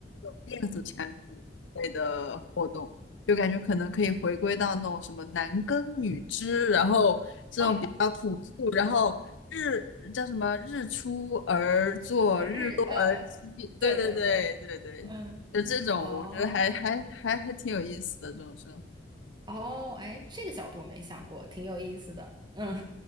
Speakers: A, on the left; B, on the right.
A: 电子产品类的活动，就感觉可能可以回归到那种什么男耕女织，然后这种比较朴素，
B: 哦。
A: 然后日叫什么日出而作
B: 呃日呃，
A: 息，对对对对对，
B: 对对对，嗯，
A: 就这种我觉得还还还还挺有意思的这种生活。
B: 哦哦，哎，这个角度没想过，挺有意思的。嗯